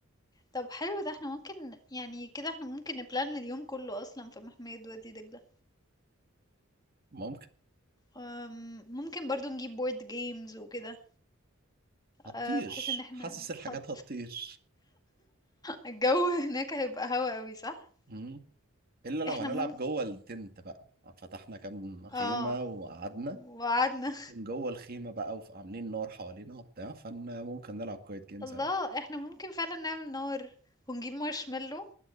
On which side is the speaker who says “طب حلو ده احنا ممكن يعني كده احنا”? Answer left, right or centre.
Left